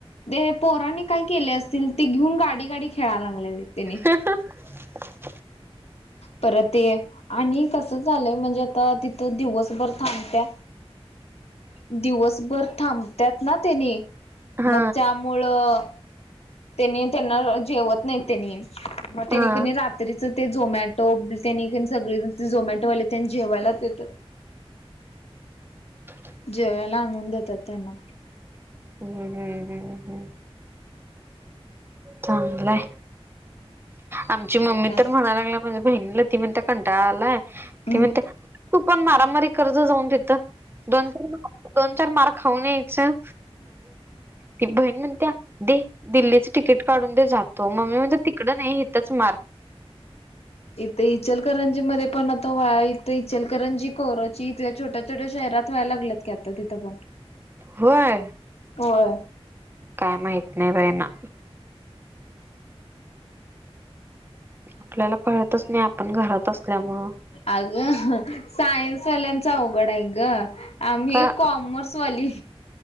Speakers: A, on the left; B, on the right.
A: ते पोराने काय केले असतील, ते घेऊन गाडी, गाडी खेळायला लागलेले त्येनी.
B: ह हा... <unintelligible>
A: परत ते आणि कसं झालंय म्हणजे, आता तिथं दिवसभर थांबत्या- दिवसभर थांबतात ना त्येनी
B: हा
A: मग त्यामुळं- त्येनी त्यांना जेवत नाही त्येनी, मग त्येनी
B: हा
A: कधी राञ- रात्रीच ते झोमॅटो त्यांनी सगळे झोमॅटोवाले त्यांनी जेवायला देतात-
B: <inaudible>
A: जेवायला आणुन देतात त्यांना.
B: हम्म हम्म हम् हम्. चांगलं हाय,
A: चांगलाय
B: आमची मम्मी
A: का
B: तर म्हणायला लागल्या- माझ्या बहिणीला ती म्हणत कंटाळा आलाय
A: हम्म
B: ती म्हणते, तु पण मारामारी कर जा जाऊन तिथं. दोन, चार, मार दोन, चार मार खाऊन यायचं- ती बहीण म्हणत्या, दे दिल्लीच तिकीट. काढून दे जातो मम्मी म्हणत्या, तिकडं नाही हिथच मार.
A: इथे इचलकरंजी मध्ये पण आता व्हाय, इथं इचलकरंजीत- कोरोची इ <unintelligible> छोट्या, छोट्या शहरात व्हायला लागल्यात की, आता तिथं पण.
B: होय?
A: होय.
B: काय माहीत नाही बाई ना. आपल्याला कळतचं नाही, आपण घरात असल्यामुळे.
A: अगं सायन्स वालेंच अवघ- अवघड हाय गं, आम्ही
B: का
A: एक कॉमर्स वाली.